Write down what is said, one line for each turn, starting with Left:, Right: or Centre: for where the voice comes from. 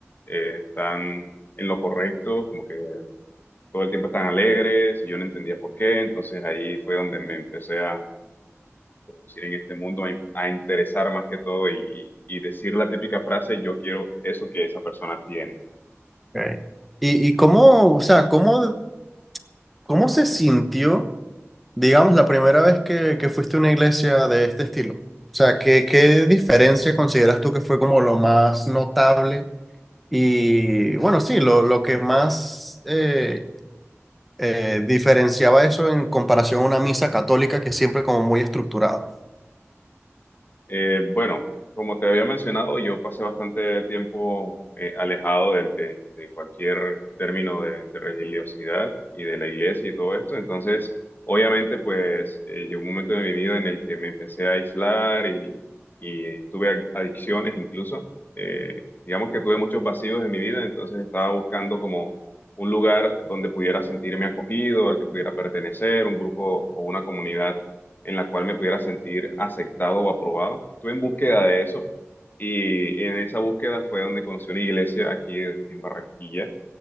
Left: eh, están en lo correcto, como que todo el tiempo están alegres, y yo no entendía por qué, entonces ahí fue donde me empecé a introducir en este mundo, a, in- a interesar más que todo y, y y decir la típica frase, yo quiero eso que esa persona tiene.
Centre: Ok. ¿Y, y cómo, o sea, cómo, cómo se sintió, digamos, la primera vez que, que fuiste a una iglesia de este estilo? O sea, ¿qué, qué diferencia consideras tú que fue como lo más notable Y bueno, sí, lo, lo que más eh, eh, diferenciaba eso en comparación a una misa católica que es siempre como muy estructurada.
Left: Eh, bueno, como te había mencionado, yo pasé bastante tiempo eh, alejado del- de, de cualquier término de, de religiosidad y de la iglesia y todo esto. Entonces, obviamente, pues eh, llegó un momento de mi vida en el que me empecé a aislar y, y tuve ad- adicciones incluso. Eh, digamos que tuve muchos vacíos en mi vida, entonces estaba buscando como un lugar donde pudiera sentirme acogido, al que pudiera pertenecer, un grupo o una comunidad en la cual me pudiera sentir aceptado o aprobado. Estuve en búsqueda de eso y en esa búsqueda fue donde conocí una iglesia aquí en en Barranquilla